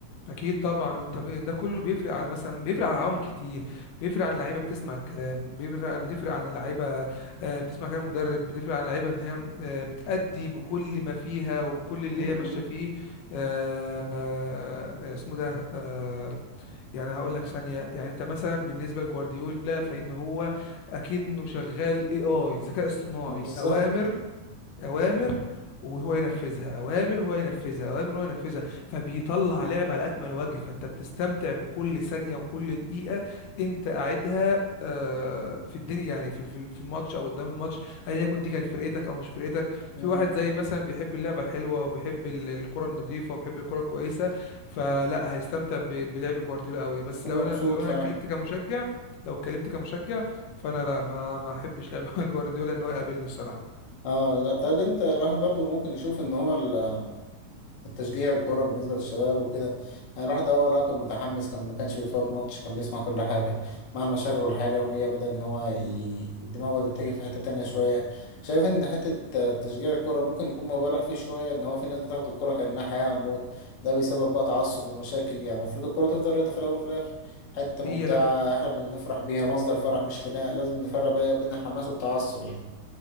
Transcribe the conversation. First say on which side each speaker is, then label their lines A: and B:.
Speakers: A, on the left; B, on the left.
A: اكيد طبعا وانت ب... ده كله بيفرق على مثلا بيفرق على عوامل كتير بيفرق عن اللعيبه بتسمع الكلام بيفرق بتفرق عن اللعيبه آه، بتسمع كلام المدرب بتفرق عن اللعيبه ان هي آه، بتأدي بكل ما فيها وبكل اللي
B: مم،
A: هي ماشيه
B: مم.
A: فيه آه، آه، اسمه ده آه، يعني هقول لك ثانيه يعني انت مثلا بالنسبه لجوارديولا فان هو اكنه شغال اي اي ذكاء اصطناعي
B: <laughs> بالظبط
A: اوامر اوامر وهو ينفذها اوامر وهو ينفذها اوامر وهو ينفذها فبيطلع لعب على اكمل وجه فانت بتستمتع بكل ثانيه وكل دقيقه انت قاعدها آه، في الدنيا يعني في في في الماتش او قدام الماتش ايا يكن دي كانت فرقتك او مش فرقتك
B: مم.
A: في واحد زي مثلا بيحب اللعبه الحلوه وبيحب ال- الكره النظيفه وبيحب الكره الكويسه فلا هيستمتع ب- بلعب جوارديولا قوي بس
B: ومبسوط
A: لو انا لو انا
B: فعلا
A: اتكلمت كمشجع لو اتكلمت كمشجع فانا لا ما ما احبش لعب <laughs> جوارديولا ان هو يقابلني الصراحه
B: اه لا طب انت الواحد برضو ممكن يشوف ان هو ال التشجيع الكورة بالنسبة للشباب وكده يعني الواحد أول كان متحمس كان ما كانش بيفوت ماتش كان بيسمع كل حاجة مع المشاغل والحياة اليومية بدأ إن هو ي... دماغه تتجه في حتة تانية شوية شايف إن حتة آه، تشجيع الكورة ممكن يكون مبالغ فيه شوية إن هو في ناس بتاخد الكورة كأنها حياة أو موت ده بيسبب بقى تعصب ومشاكل يعني المفروض الكورة تفضل رياضة في الأول وفي الآخر حتة ممتعة
A: هي
B: إحنا بنفرح بيها مصدر فرح مش خناق لازم نفرق بقى بين الحماس والتعصب يعني